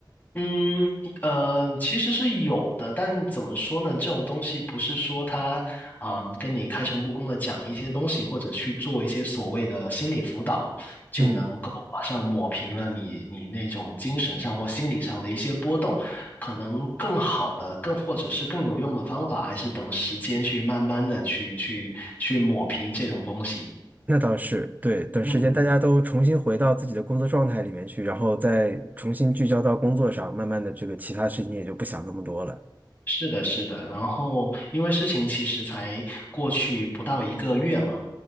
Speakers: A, on the left; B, on the right.
A: 嗯，一呃，其实是有的，但怎么说呢？这种东西不是说他，嗯，跟你开诚布公的讲一些东西，或者去做一些所谓的心理辅导，就能够马上抹平了你你那种精神上或心理上的一些波动。
B: 嗯，
A: 可能更好的、更或者是更有用的方法，还是等时间去慢慢的去去去抹平这种东西。
B: 那倒是，对。等时间大家都重新回到自己的工作状态里面去，
A: 嗯，
B: 然后再重新聚焦到工作上，慢慢的这个其他事情也就不想那么多了。
A: 是的，是的。然后，因为事情其实才过去不到一个月嘛。